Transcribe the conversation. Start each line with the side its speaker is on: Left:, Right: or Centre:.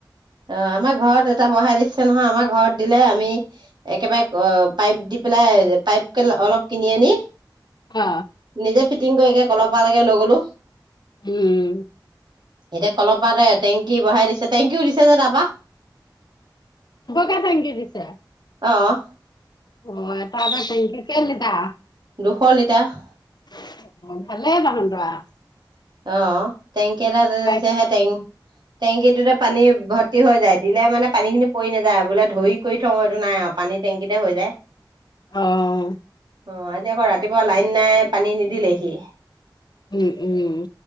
Right: অ আমাৰ ঘৰত এটা বঢ়াই দিছে নহয় আমাৰ ঘৰত দিলে আমি একেবাৰে অ পাইপ দি পেলাই অ। পাইপ কে অলপ কিনি আনি
Left: অ
Right: নিজেই ফিটিং কৰি কে কল পৰা লৈকে লৈ গলো।
Left: উম
Right: এতিয়া কলপাতে টেংকি বঢ়াই দিছে টেংকিও দিছে। তাপা <unintelligible>
Left: চবকে থেংকিউ দিছে।
Right: অহ
Left: অ এটা এটা টেংকি কেই লিটা
Right: দুশ লিটাৰ
Left: <unintelligible>
Right: অহ টেংকি এটা যেতিয়া
Left: পাইছ।
Right: আহে, হে টেং টেংকিটোতে পানী ভৰ্তি হৈ যায়। তেতিয়া মানে পানী খিনি পৰি নাযায়। বোলে ধৰি কৰি থওঁ এইটো নাই আৰু পানী টেংকিতে হৈ যায়।
Left: অহ
Right: অ আজি আকৌ ৰাতিপুৱা লাইন নাই, পানী নিদিলেহি
Left: উম, উম।